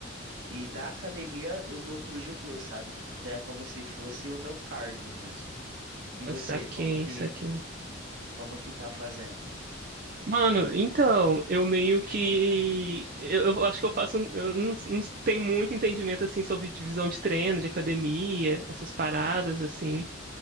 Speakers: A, on the right; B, on the right.
A: E da academia eu vou pro judô, sabe? Então é como se fosse o meu cardio mesmo. E
B: Ah,
A: você,
B: Saquei,
A: como que,
B: saquei.
A: como que tá fazendo?
B: Mano, então, eu meio que. Eu, eu acho que eu faço. Eu não, não tenho muito entendimento, assim, sobre divisão de treino, de academia, essas paradas, assim.